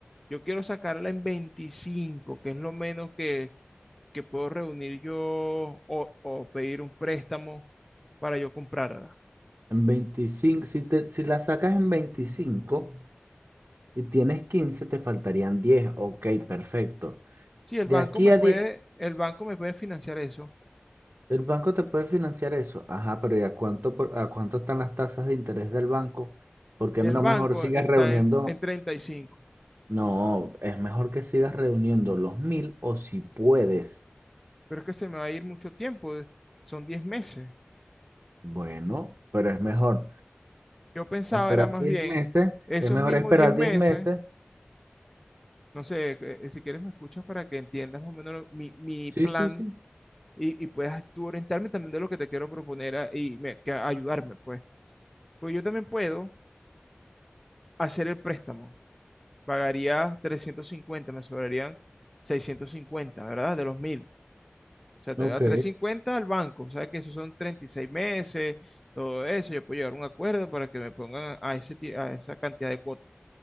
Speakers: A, in the centre; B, on the right.
A: Yo quiero sacarla en 25, que es lo menos que, que puedo reunir yo o, o pedir un préstamo para yo comprarla.
B: En 25. si, te, si la sacas en 25 y tienes 15 te faltarían 10. Ok, perfecto.
A: Sí, el
B: De
A: banco
B: aquí
A: me
B: a
A: puede,
B: 10.
A: el banco me puede financiar eso.
B: el banco te puede financiar eso. Ajá, pero ¿y a cuánto, por- a cuánto están las tasas de interés del banco? Porque
A: El
B: no
A: banco
B: mejor sigas
A: está
B: reuniendo.
A: en, en 35,
B: No, es mejor que sigas reuniendo los mil o si puedes,
A: pero es que se me va a ir mucho tiempo, de- son 10 meses.
B: bueno, pero es mejor
A: Yo pensaba
B: esperar
A: era más
B: 10
A: bien
B: meses,
A: esos
B: es mejor
A: mismos
B: esperar
A: diez meses
B: 10 meses.
A: No sé, eh, si quieres me escuchas para que entiendas más o menos lo- mi, mi
B: Sí,
A: plan
B: sí, sí.
A: y, y puedas tú orientarme también de lo que te quiero proponer a- y me- que ayudarme, pues. Pues yo también puedo hacer el préstamo. Pagaría trescientos cincuenta me sobrarían seiscientos cincuenta ¿verdad? De los mil O sea, te
B: Ok,
A: da 350 al banco. ¿Sabes que esos son 36 meses? Todo eso. Yo puedo llegar a un acuerdo para que me pongan a, ese, ti- a esa cantidad de cuotas.